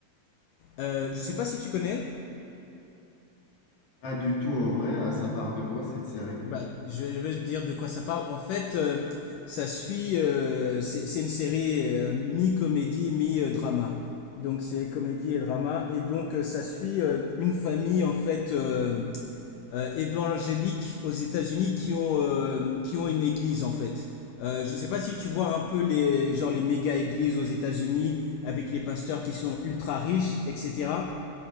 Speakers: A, on the left (about 85°); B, on the left (about 45°).
A: Euh, je sais pas si tu connais,
B: Pas du tout en vrai, hein, ça part de quoi cette série?
A: bah, je vais je vais te dire de quoi ça parle. En fait, euh, ça suit, euh, c'est c'est une série euh, mi-comédie, mi-drama. Donc c'est comédie et drama, et donc euh, ça suit euh, une famille en fait. euh, euh, évangéliques aux États-Unis qui ont, euh, qui ont une église en fait. Euh, je ne sais pas si tu vois un peu les, genre les méga églises aux États-Unis avec les pasteurs qui sont ultra riches, etc.